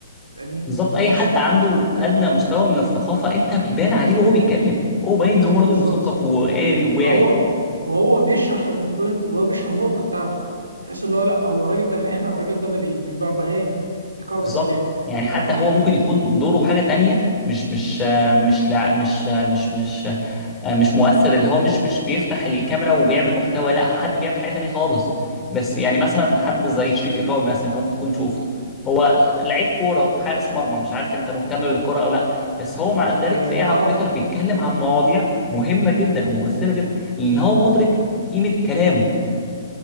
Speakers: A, on the right; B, on the left.
A: فاهمني
B: بالظبط اي
A: في النص
B: حد
A: كده
B: عنده
A: انت
B: ادنى
A: انت
B: مستوى من الثقافه انت بيبان عليه وهو بيتكلم هو باين ان هو راجل
A: بالظبط
B: مثقف وقاري وواعي
A: وهو وهو بيشرح البوينت وهو بيشرح النقطه بتاعته تحس اللي هو لا هو الراجل ده فاهمها الراجل ده ما بي مش بغبغاني بيكرر
B: بالظبط
A: كلامي
B: يعني حتى
A: فاهمني
B: هو ممكن يكون دوره حاجه تانية مش مش آه، مش لا مش آه، مش مش آه، مش مؤثر اللي هو مش مش بيفتح الكاميرا وبيعمل محتوى لا حد بيعمل حاجه تانية خالص بس يعني مثلا حد زي شريف اكرامي مثلا انت ممكن تكون شفته هو لعيب كوره حارس مرمى مش عارف انت مهتم بالكوره او لا بس هو مع ذلك
A: ايوه
B: تلاقيه
A: ايوه
B: على
A: اعرف
B: تويتر بيتكلم عن مواضيع مهمه جدا ومؤثره جدا لان هو مدرك قيمه كلامه